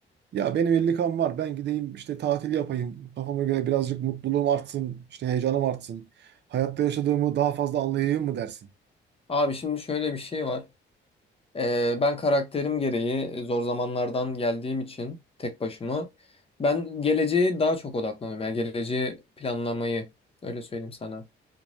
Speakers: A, on the right (about 60°); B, on the left (about 30°).
A: ya benim 50K'm var ben gideyim işte tatil yapayım kafama göre birazcık mutluluğum artsın işte heyecanım artsın hayatta yaşadığımı daha fazla anlayayım mı dersin?
B: Abi şimdi şöyle bir şey var. Ee, ben karakterim gereği zor zamanlardan geldiğim için tek başıma ben geleceğe daha çok odaklanıyorum. Yani geleceği planlamayı öyle söyleyeyim sana.